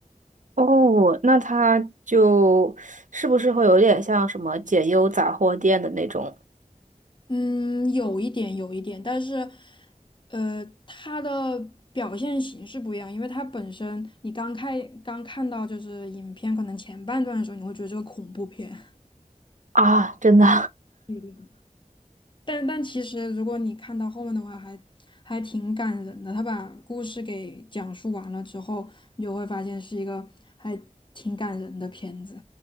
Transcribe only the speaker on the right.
哦，那它就是不是会有点像什么解忧杂货店的那种
啊？真的，